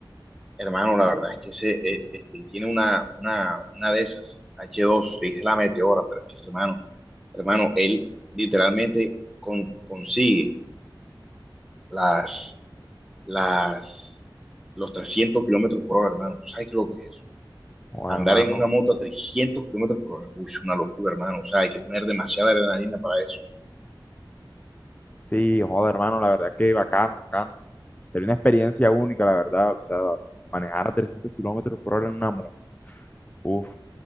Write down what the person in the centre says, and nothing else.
Hermano, la verdad es que ese, eh, este, él tiene una, una, una de esas, H2, le dice la meteora, pero es que ese hermano, hermano, él literalmente con, consigue las, las, los 300 kilómetros por hora, hermano. ¿Sabes qué es lo que es eso?
Andar
en una moto a 300 kilómetros por hora, uy, es una locura, hermano. O sea, hay que tener demasiada adrenalina para eso.